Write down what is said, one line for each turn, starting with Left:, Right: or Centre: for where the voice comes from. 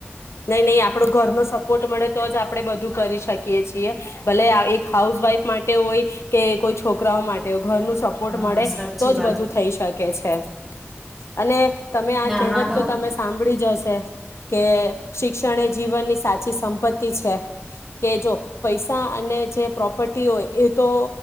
Left: નહી નહી આપડો ઘર નો સપોર્ટ મળે તો જ આપણે બધું કરી શકીએ છીએ ભલે એક હાઉસવાઈફ માટે હોય કે કોઈ છોકરાઓ માટે હોય. ઘર નો સપોર્ટ
Centre: હા
Left: મળે
Centre: સાચી
Left: તો જ
Centre: વાત
Left: બધું થઈ શકે છે. અને તમે આ
Centre: ને હમણાં
Left: કહેવત તો તમે સાંભળી જ હશે કે શિક્ષણ એ જીવનની સાચી સંપત્તિ છે કે જો પૈસા અને જે પ્રોપર્ટી હોય એ તો